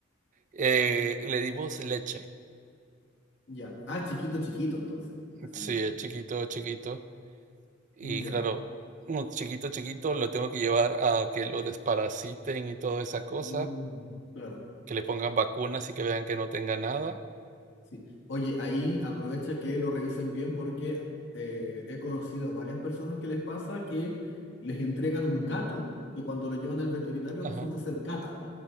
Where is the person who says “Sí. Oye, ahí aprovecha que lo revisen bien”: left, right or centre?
Left